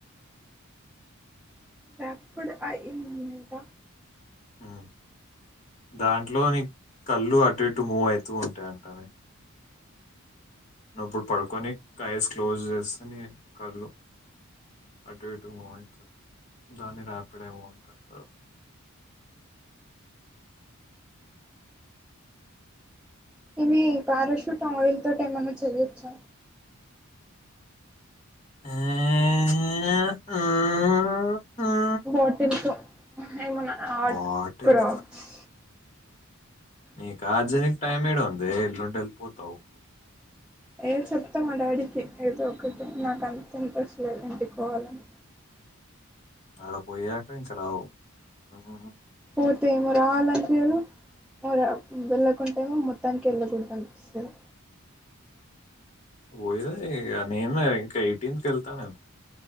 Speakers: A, in the centre; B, on the left (about 30°).
A: rapid eye movement
B: ఊ దాంట్లో నీ కళ్ళు అటు ఇటు మూవ్ అయితూ ఉంటాయంటనే నుప్పుడు పడుకొని ఐస్ క్లోజ్ చేస్తాని కళ్ళు అటు ఇటు మూవ్ ఐతది దాన్ని రాపిడ్ ఏమో అంటుంటారు
A: ఇవి పారాషూట్ ఆయిల్ తోటి ఏమన్నా చెయ్యొచ్చు
B: ఆ
A: బాటిల్ తో ఏమన్నా ఆర్ట్
B: బాటిల్
A: క్రాఫ్ట్స్
B: నీకా ఆజేనికి టైం ఏడ ఉందే ఎల్లుండి వెళ్ళిపోతావు
A: ఏ చెప్తా మా డాడీకి ఏదో ఒకటి నాక అంత ఇంట్రెస్ట్ లేదు ఇంటికోవాలని
B: అడ పోయాక ఇంక రావ్ ఊహు హూ
A: పొతేమో రాలనిపియదు ఏమో రాప్ వెళ్ళకుంటేమో మొత్తానికి వెళ్ళకూడదు అనిపిస్తది
B: పోయిద ఇగ నేను ఇంకా ఎయిటీన్ కి వెళ్తా నేను